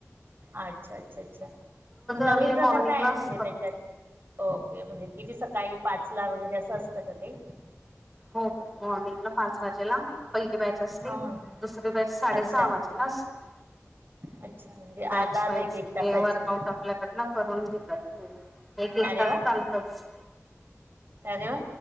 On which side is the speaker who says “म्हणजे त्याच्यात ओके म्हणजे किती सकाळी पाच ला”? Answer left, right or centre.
Right